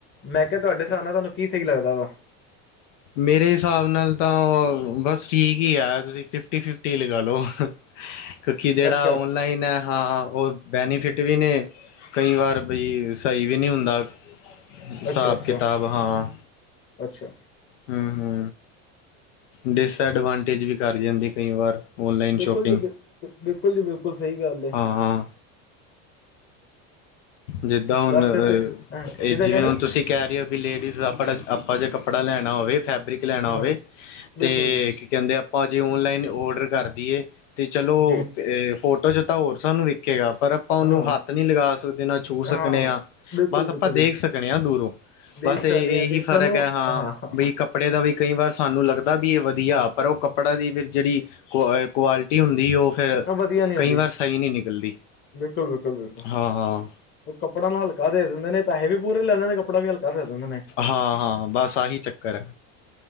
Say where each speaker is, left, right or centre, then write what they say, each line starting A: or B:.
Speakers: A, on the left; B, on the left.
A: ਮੈਂ ਕਿਹਾ ਤੁਹਾਡੇ ਹਿਸਾਬ ਨਾਲ ਤੁਹਾਨੂੰ ਕੀ ਸਹੀ ਲੱਗਦਾ ਵਾ?
B: ਮੇਰੇ ਹਿਸਾਬ ਨਾਲ ਤਾਂ ਉਹ ਬਸ ਠੀਕ ਹੀ ਆ ਤੁਸੀਂ ਫਿਫਟੀ ਫਿਫਟੀ ਲਗਾ ਲਓ। ਕਿਉਂਕਿ ਜਿਹੜਾ
A: ਅੱਛਾ
B: ਔਨਲਾਈਨ ਹੈ। ਹਾਂ ਬਹੁਤ ਬੈਨੀਫਿਟ ਵੀ ਨੇ ਕਈ ਵਾਰ ਬਈ। ਸਹੀ ਵੀ ਨਹੀਂ ਹੁੰਦਾ ਹਿਸਾਬ
A: ਅੱਛਾ ਅੱਛਾ
B: ਕਿਤਾਬ ਹਾਂ।
A: ਅੱਛਾ
B: ਹਮ ਹਮ ਡਿਸਐਡਵਾਂਟੇਜ ਵੀ ਕਰ ਜਾਂਦੀ ਕਈ ਵਾਰ। ਔਨਲਾਈਨ
A: ਬਿਲਕੁਲ
B: ਸ਼ੋਪਿੰਗ
A: ਜੀ, ਬਿਲਕੁਲ ਜੀ, ਬਿਲਕੁਲ ਸਹੀ ਗੱਲ ਹੈ।
B: ਹਾਂ ਜਿੱਦਾਂ ਹੁਣ,
A: ਵੈਸੇ ਤੇ ਹਾਂ
B: ਇਹ
A: ਕਿੱਦਾਂ
B: ਜਿਵੇਂ
A: ਕਹਿ ਰਹੇ
B: ਹੁਣ ਤੁਸੀਂ ਕਹਿ ਰਹੇ ਹੋ। ਵੀ ਲੇਡੀਜ਼ ਆਪਣਾ ਆਪਾਂ ਜੇ ਕੱਪੜਾ ਲੈਣਾ ਹੋਵੇ ਫੈਬਰਿਕ ਲੈਣਾ
A: ਹੋ
B: ਹੋਵੇ।
A: ਹਾਂ
B: ਤੇ
A: ਬਿਲਕੁਲ
B: ਕਹਿੰਦੇ ਆਪਾਂ ਜੇ ਓਨਲਾਈਨ ਔਡਰ ਕਰ ਦਈਏ ਤੇ ਚਲੋ
A: ਜੀ
B: ਅ। ਫੋਟੋ ਚ ਤਾਂ ਹੋਰ ਸਾਨੂੰ ਵਿਖੇਗਾ ਪਰ ਆਪਾਂ ਉਹਨੂੰ
A: ਹਾਂ
B: ਹੱਥ ਨਹੀ ਲਗਾ। ਕਦੇ ਨਾ ਛੂਹ ਸਕਦੇ
A: ਹਾਂ
B: ਆ
A: ਬਿਲਕੁਲ
B: ਬਸ ਆਪਾਂ
A: ਬਿਲਕੁਲ
B: ਦੇਖ
A: ਜੀ
B: ਸਕਦੇ ਹਾਂ ਦੂਰੋਂ।
A: ਦੇਖ
B: ਬਸ ਇਹ
A: ਸਕਦੇ ਹਾਂ
B: ਇਹੀ
A: ਦੇਖਣ
B: ਫ਼ਰਕ
A: ਨੂੰ
B: ਹੈ ਹਾਂ
A: ਹਾਂ
B: ਬਈ ਕੱਪੜੇ ਦਾ ਵੀ ਕਈ ਵਾਰ ਸਾਨੂੰ ਲੱਗਦਾ ਵੀ ਇਹ ਵਧੀਆ। ਪਰ ਉਹ ਕਪੜਾ ਦੀ ਫਿਰ ਜਿਹੜੀ ਕੁ ਕੁਆਲਿਟੀ ਹੁੰਦੀ ਉਹ। ਫਿਰ
A: ਹਾਂ ਵਧੀਆ ਨੀ
B: ਕਈ
A: ਹੁੰਦੀ
B: ਵਾਰ ਸਹੀ ਨਹੀਂ ਨਿਕਲਦੀ
A: ਬਿਲਕੁਲ ਬਿਲਕੁਲ ਬਿਲਕੁਲ
B: ਹਾਂ ਹਾਂ।
A: ਉਹ ਕੱਪੜਾ ਨਾਲ ਹਲਕਾ ਦੇ ਦਿੰਦੇ ਪੈੇ ਵੀ ਪੂਰੇ ਲੈਂਦੇ ਨੇ ਕੱਪਾ ਵੀ ਹਲਕਾ। ਦੇ ਦਿੰਦੇ ਨੇ
B: ਹਾਂ, ਹਾਂ ਬਸ ਆਹੀ ਚੱਕਰ ਐ,